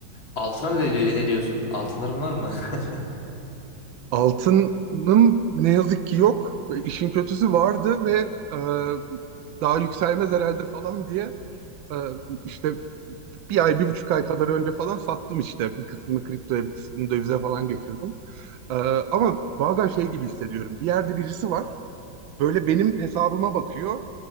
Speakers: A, on the left; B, on the right.
A: Altına ne, diyor- ne diyorsun? Altınların var mı? <laughs>
B: Altının ne yazık ki yok. E, İşin kötüsü vardı ve e, daha yükselmez herhalde falan diye e, işte bir ay, bir buçuk ay kadar önce falan sattım işte. Bir kısmını kriptoya, bir kısmını dövize falan geçirdim. E, ama bazen şey gibi hissediyorum. Bir yerde birisi var. Böyle benim hesabıma bakıyor.